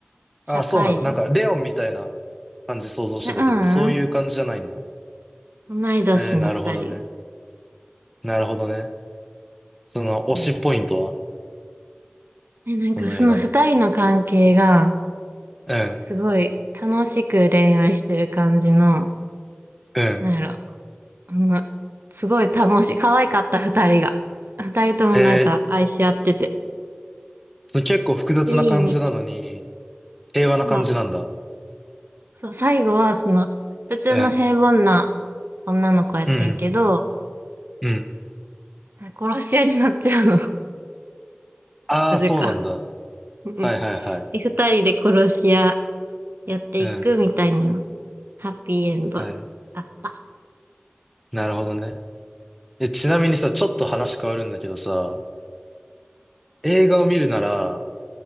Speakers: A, on the right; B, in the centre.
A: 社会人。
B: あ、そうなんだ。なんか、レオンみたいな感じ想像してたけど、
A: いやうん
B: そういう感じじゃないんだ。
A: うん、同い年の二人。
B: えー、なるほどね。なるほどね。その、推しポイントは
A: うんえ、なんかその二人の関係が、
B: その映画の。うん、
A: すごい楽しく恋愛してる感じの、
B: うん。
A: なんやろ、あの、すごい楽しい、可愛かった二人が。二人ともなんか愛し合ってて、
B: えー、その結構複雑な感じなのに、
A: ぜひ見て。
B: 平和な感じなんだ。
A: そう、そう、最後はその、普通の平凡な
B: うん。
A: 女の子やってんけど、
B: うん。うん。
A: 殺し屋になっちゃうの、
B: ああ、
A: <laughs> なぜか。
B: そうなんだ。
A: うん
B: はいはいはい。
A: で、二人で殺し屋やっていくみたいな、
B: うん。
A: ハッピーエンド。
B: はい。
A: あった。
B: なるほどね。え、ちなみにさ、ちょっと話変わるんだけどさ、映画を見るなら、